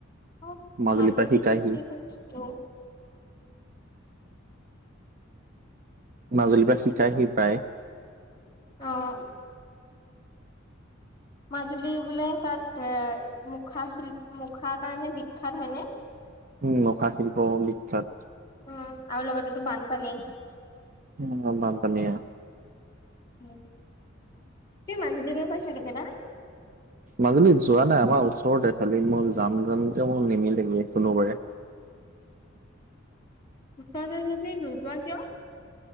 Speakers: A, on the left; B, on the right.
A: অ',
B: মাজুলীৰ
A: মাজুলী
B: পৰা শিকাইহি
A: শিল্পী শুনিছোঁটো।
B: মাজুলীৰ পৰা শিকাইহি প্ৰায়।
A: অ'। মাজুলী বোলে তাত এ, মুখা শিল, মুখাৰ কাৰণে বিখ্যাত হয়নে? <inaudible>
B: উম, মুখা শিল্প বিখ্যাত।
A: উম, আৰু লগতে তো বানপানী।
B: উম, বানপানী।
A: উম, তুমি মাজুলি গৈ পাইছা কেতিয়াবা?
B: মাজুলীত যোৱা নাই, আমাৰ ওচৰতে, খালি মই যাম যামকে মোৰ নিমিলেগে কোনোবাৰে।
A: ওচৰতে যদি নোযোৱা কিয়?